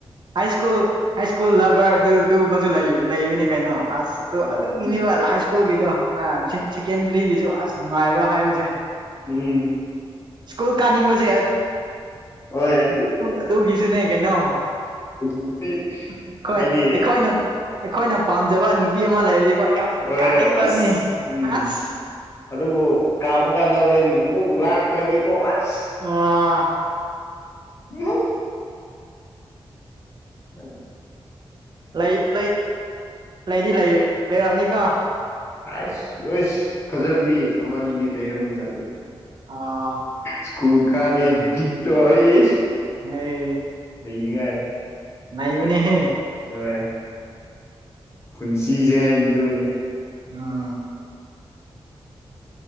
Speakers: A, on the right (about 50°); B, on the left (about 30°).
A: ꯍꯥꯏ ꯁ꯭ꯀꯨꯜ ꯍꯥꯏ ꯁ꯭ꯀꯨꯜ ꯂꯚꯔ ꯑꯗꯨꯒꯨꯝꯕꯁꯨ ꯂꯩ ꯂꯩꯕꯅꯤ ꯀꯩꯅꯣ ꯑꯁ ꯑꯗꯣ
B: ꯍꯣꯏ
A: ꯑꯗꯨꯒꯤꯅꯦꯕ ꯍꯥꯏ ꯁ꯭ꯀꯨꯜꯒꯤꯗꯣ ꯁꯦꯀꯦꯟꯗꯔꯤꯒꯤꯁꯨ ꯑꯁ ꯅꯨꯡꯉꯥꯏꯕ ꯍꯥꯏꯕꯁꯦ
B: ꯎꯝ
A: ꯁ꯭ꯀꯨꯜ ꯀꯥꯅꯤꯡꯕꯁꯦ
B: ꯍꯣꯏ
A: ꯑꯗꯨꯒꯤꯁꯨꯅꯦ ꯀꯩꯅꯣ
B: ꯅꯨꯄꯤ
A: ꯑꯩꯈꯣꯏ
B: ꯍꯥꯏꯗꯤ
A: ꯑꯩꯈꯣꯏꯅ ꯑꯩꯈꯣꯏꯅ ꯄꯥꯝꯖꯕ ꯅꯨꯄꯤ ꯑꯃ ꯂꯩꯔꯗꯤꯀꯣ ꯌꯥꯝ
B: ꯍꯣꯏ
A: ꯀꯥꯅꯤꯡꯕꯅꯤ
B: ꯑꯁ ꯎꯝ
A: ꯑꯁ
B: ꯑꯗꯨꯕꯨ ꯀꯥꯕ ꯀꯥꯟꯗ ꯍꯣꯔꯦꯟ ꯑꯃꯨꯛ ꯂꯥꯛꯇ꯭ꯔꯗꯤꯀꯣ ꯑꯁ
A: ꯑꯥ
B: ꯎꯝ ꯑ
A: ꯂꯩ ꯂꯩ ꯂꯩꯗꯤ ꯂꯩ ꯂꯩꯔꯝꯅꯤꯀ
B: ꯑꯁ ꯂꯣꯏꯁ ꯐꯖꯕꯗꯤ ꯑꯃꯅꯤꯗꯤ ꯂꯩꯔꯕꯝꯅꯤꯅ ꯑ
A: ꯑꯥ
B: ꯁ꯭ꯀꯨꯜ ꯀꯥꯅꯤ ꯕꯤꯠꯇꯣ ꯑꯩ
A: ꯑꯩ
B: ꯂꯩꯅꯤꯡꯉꯥꯏ
A: ꯅꯩꯕꯅꯦꯍꯦ
B: ꯑ ꯄꯨꯟꯁꯤꯁꯦ ꯍꯥꯏꯗꯨꯅꯦ
A: ꯎꯝ